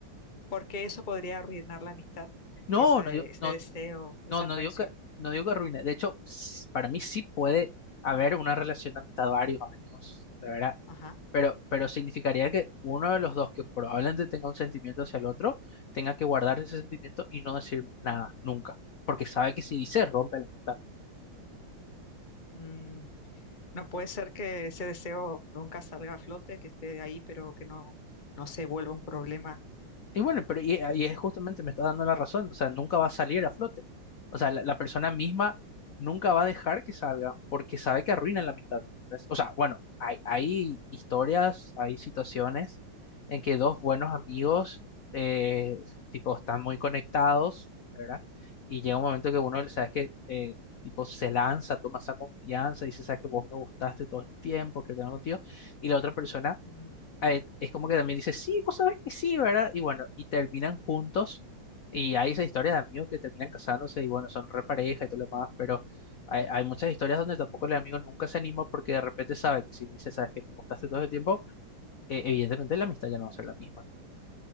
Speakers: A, on the left; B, on the left.
A: por qué eso podría arruinar la amistad?
B: No,
A: Esa,
B: no digo,
A: ese
B: no,
A: deseo, esa
B: no, no
A: atracción.
B: digo que, no digo que arruine. De hecho, s- para mí sí puede haber una relación de amistad varios años, de verdad.
A: Ajá.
B: Pero, pero significaría que uno de los dos que probablemente tenga un sentimiento hacia el otro, tenga que guardar ese sentimiento y no decir nada, nunca. Porque sabe que si dice, rompe la amistad.
A: Mm, no puede ser que ese deseo nunca salga a flote, que esté ahí, pero que no, no se vuelva un problema.
B: Y bueno, pero y, y es justamente, me está dando la razón, o sea, nunca va a salir a flote. O sea, la, la persona misma nunca va a dejar que salga porque sabe que arruina la amistad. ¿entendés? O sea, bueno, hay, hay historias, hay situaciones en que dos buenos amigos, eh, tipo, están muy conectados, ¿verdad? Y llega un momento que uno, sabes que, eh, tipo, se lanza, toma esa confianza, dice, sabes que vos me gustaste todo el tiempo, quiero tener contigo, y la otra persona
A: Mm,
B: eh, es como que también dice, sí, vos sabés que sí, ¿verdad? Y bueno, y terminan juntos. Y hay esa historia de amigos que terminan casándose y bueno, son repareja y todo lo demás, pero hay, hay muchas historias donde tampoco el amigo nunca se anima porque de repente sabe que si le dice, sabes que me gustaste todo el tiempo, eh, evidentemente la amistad ya no va a ser la misma.